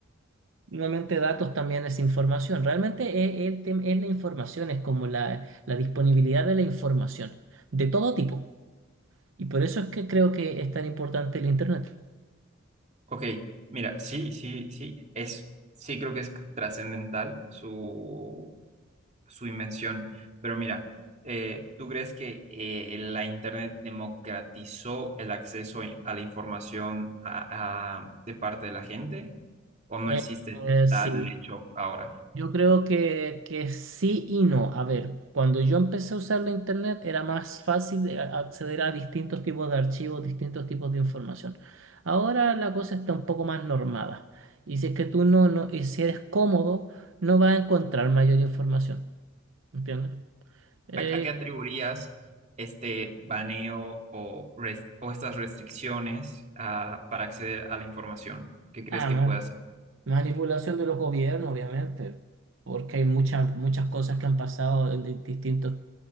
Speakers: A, on the right; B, on the right.
A: Nuevamente, datos también es información. Realmente es, el tem- es la información, es como la, la disponibilidad de la información, de todo tipo. Y por eso es que creo que es tan importante el Internet.
B: Ok, mira, sí, sí, sí, es, sí creo que es trascendental su, su invención, pero mira, eh, ¿tú crees que eh, la Internet democratizó el acceso a la información a- a- de parte de la gente? ¿O no
A: Eh,
B: existe
A: eh,
B: tal
A: sí.
B: hecho ahora?
A: Yo creo que, que sí y no. A ver, cuando yo empecé a usar la internet era más fácil de a- acceder a distintos tipos de archivos, distintos tipos de información. Ahora la cosa está un poco más normada. Y si es que tú no, no, y si eres cómodo, no vas a encontrar mayor información. ¿Entiendes? Eh,
B: ¿A, a qué atribuirías este baneo o, res- o estas restricciones ah, para acceder a la información? ¿Qué crees
A: Ah,
B: que
A: man-
B: puede hacer?
A: Manipulación de los gobiernos, obviamente, porque hay muchas muchas cosas que han pasado en di- distintos,